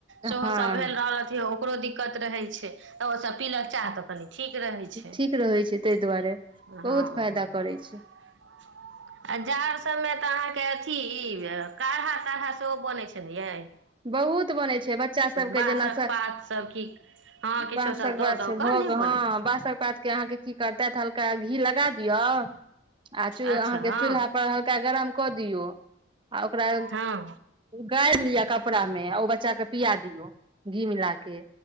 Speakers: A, on the right; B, on the right.
A: सेहोसभ
B: हँ
A: भेल रहल। ओकरो दिकत। च रह
B: ठीक रहै छै ताहि दुआरे
A: छै।
B: बहुत फायदा करै छै
A: <unintelligible> के अथी -काढ़ा ताढ़ा सेहो बन छे ने ये। <unintelligible>
B: बहुत बनै छै बच्चा सबके
A: बाँसक
B: जेना
A: पात सब की हँ किछो
B: बासक
A: सब
B: बात
A: दऽ दऽ कऽ
B: भोग
A: नहि बनै
B: हँ बासक पात के अहाँके की करता हल्का घी लगा दियौ। <unintelligible> ह। <unintelligible> आ
A: अच्छा
B: - अहाँ के
A: हँ
B: चूल्हा पर हल्का गरम। क दियऔ। <unintelligible> आ ओकरा
A: हँ
B: गाड़ि लिया कप। कपड़ा में ओ बच्चा के। पिया दियो, घी मिला के,